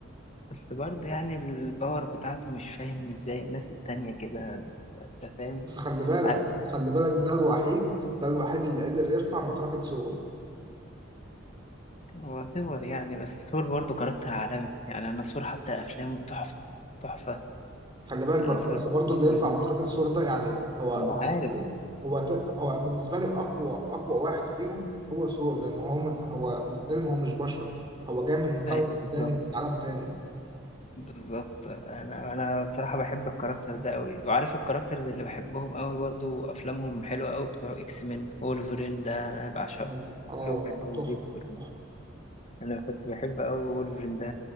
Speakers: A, on the left (about 35°); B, on the right (about 20°).
A: بس برضه يعني الباور بتاعته مش فاهم مش زي الناس التانية كده انت فاهم
B: بس خلي بالك
A: عارف
B: خلي بالك ده الوحيد ده الوحيد اللي قدر يرفع مطرقة سور
A: هو ثور يعني بس ثور برضه كاركتر عالمي يعني انا ثور حتى افلامه تحفة تحفة
B: خلي بالك
A: انا
B: بر-
A: ثور
B: بس برضه
A: افلامه
B: اللي يرفع
A: جميل
B: مطرقة سور ده يعني هو
A: ما انا
B: بالنسبة
A: عارف
B: لي هو ت- هو بالنسبة لي أقوى أقوى واحد فيهم هو سور لأن هو من هو في الفيلم هو مش بشر هو جاي من كوكب
A: ايوه بالظبط
B: تاني ومن عالم تاني
A: بالظبط انا انا الصراحة بحب الكاركتر ده قوي وعارف الكاركترز اللي بحبهم قوي برضه افلامهم حلوة قوي بتوع اكس مين وولفرين ده انا بعشقه
B: اه آه،
A: لوجان وفيكتور
B: تحفة تحفة
A: انا كنت بحب قوي وولفرين ده